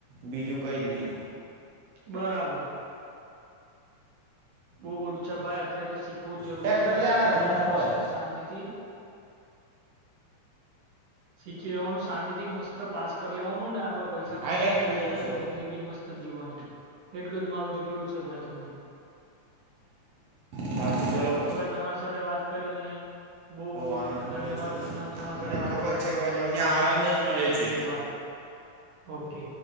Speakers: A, on the right; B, on the right.
A: બીજું કંઈ જ નહીં
B: બરાબર. બઉ બધું છે ભાઈ અત્યારે તો શીખવું જ જરૂરી
A: ટ્રેક્ટર
B: છે
A: લઈ
B: શીખી
A: આના રમૂ
B: લેવાનું
A: ના પહોંચે
B: મસ્ત શાંતિ થી. શીખી લેવાનું શાંતિ થી મસ્ત પાસ કરી લેવાનું ને આપડે પૈસા
A: આ
B: કમાવાના
A: ટ્રેક્ટર
B: મસ્ત
A: લઈ જશે
B: ને
A: હો.
B: જિંદગી મસ્ત જીવાની એટલું જ મારું તો કેવું છે ભાઈ તમને
A: દયાન થી ચલાવ -
B: તો ભાઈ તમારા સાથે વાત કરીને બહુ બહ
A: આનંદ
B: ધન્યવાદ
A: મળ્યો છે
B: તમને
A: ને
B: તમારી
A: મને
B: સાથે વાત
A: ખબર
B: કરીને
A: છે
B: મજા
A: ભાઈ
B: આવી
A: તમને
B: અમને
A: આનંદ જ મળ્યો
B: થેન્કયુ
A: છે
B: બાય ઓકે